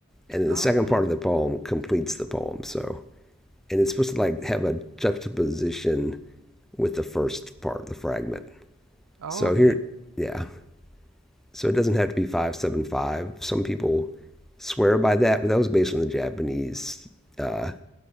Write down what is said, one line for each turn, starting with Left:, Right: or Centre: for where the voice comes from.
Centre: And then
Right: Oh,
Centre: the second
Right: okay.
Centre: part of the poem completes the poem. So and it's supposed to like have a juxtaposition with the first part, the fragment.
Right: Oh,
Centre: So
Right: okay.
Centre: here, yeah, So it doesn't have to be 575. Some people swear by that, but that was based on the Japanese uh,